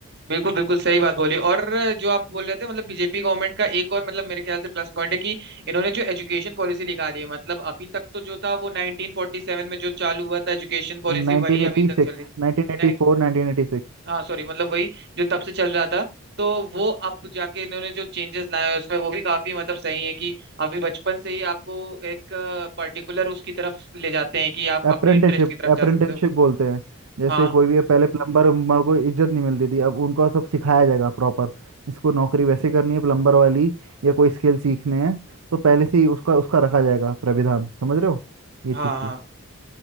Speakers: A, on the right; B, on the right.
A: बिल्कुल बिल्कुल सही बात बोली और जो आप बोल रहे थे मतलब बीजेपी गवर्नमेंट का एक और मतलब मेरे ख्याल से प्लस पॉइंट है कि इन्होंने जो एजुकेशन पॉलिसी निकाली है मतलब अभी तक तो जो था वो 1947 में जो चालू हुआ था एजुकेशन पॉलिसी
B: नाइनटीन
A: वही
B: एटी
A: अभी
B: सिक्स
A: तक चल रही
B: नाइनटीन एटी
A: नहीं
B: फोर नाइनटीन एटी सिक्स
A: हाँ सॉरी मतलब वही जो तब से चल रहा था तो वो अब जाके इन्होंने जो चेंजेस लाए हैं उसमें वो भी काफी मतलब सही है कि अभी बचपन से ही आपको एक पर्टिकुलर उसकी तरफ ले जाते हैं कि आप
B: अप्रेंटिसशिप
A: अपने इंटरेस्ट की तरफ
B: अप्रेंटिसशिप
A: जा सकते हो
B: बोलते हैं जैसे
A: हाँ
B: कोई भी पहले प्लम्बर उम्बर को इज्जत नहीं मिलती थी अब उनको सब सिखाया जाएगा प्रॉपर इसको नौकरी वैसे करनी है प्लम्बर वाली या कोई स्किल सीखने हैं तो पहले से ही उसका उसका रखा जाएगा प्राविधान समझ रहे हो ये
A: हाँ
B: चीज़
A: हाँ
B: थी